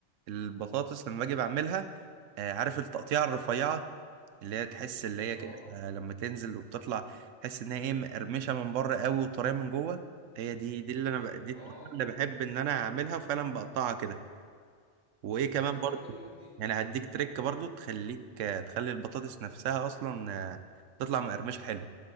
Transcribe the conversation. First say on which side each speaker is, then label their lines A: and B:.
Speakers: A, on the right; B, on the right.
A: البطاطس لما باجي بعملها آه، عارف التقطيعه الرفيعه اللي هي تحس اللي هي
B: اه
A: كده آه، لما تنزل وبتطلع تحس انها ايه مقرمشه من بره قوي وطريه من جوه هي دي دي اللي انا ب... دي
B: اه
A: التقطيعة اللي بحب ان انا اعملها وفعلا بقطعها كده وايه كمان
B: طب دي
A: برضو
B: جامده موت دي
A: يعني هديك تريك برضو تخليك آه، تخلي البطاطس نفسها اصلا آه، تطلع مقرمشه حلو